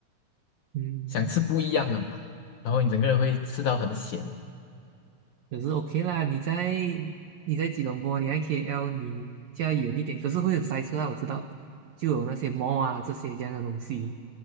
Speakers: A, on the right (about 80°); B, on the left (about 80°).
A: 嗯，
B: 想吃不一样的嘛，然后你整个人会吃到很咸。
A: 可是 OK 啦，你在你在吉隆坡，你在 KL，你家远一点，可是会很塞车啊，我知道，就有那些 mall 啊这些这样的东西，